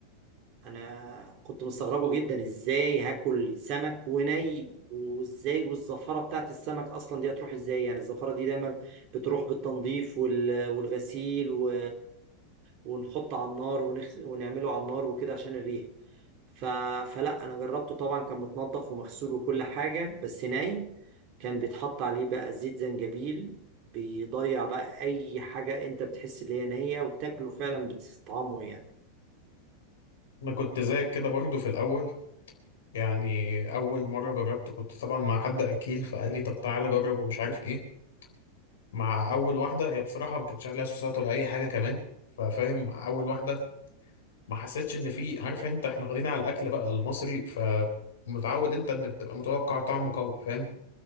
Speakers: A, on the right; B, on the left.
A: انا كنت مستغربه جدا ازاي هاكل سمك وني وازاي والزفاره بتاعت السمك اصلا دي هتروح ازاي يعني الزفاره دي دايما بتروح بالتنظيف وال- والغسيل و... ونحط على النار ونخ... ونعمله على النار وكده عشان الريح ف... فلا انا جربته طبعا كان متنضف ومغسول وكل حاجه بس ني كان بيتحط عليه بقى زيت زنجبيل بيضيع بقى اي حاجه انت بتحس ان هي نيه وتاكله فعلا بتستطعمه
B: انا كنت زيك كده برضو في الاول يعني اول مرة جربت كنت طبعا مع حد اكيل فقال لي طب تعالى جرب ومش عارف ايه مع اول واحدة هي بصراحة ما كانتش عليها صوصات ولا اي حاجة كمان ففاهم مع اول واحدة ما حسيتش ان في عارف انت احنا واخدين على الاكل بقى المصري فمتعود انت ان بتبقى متوقع طعمه قوي فاهم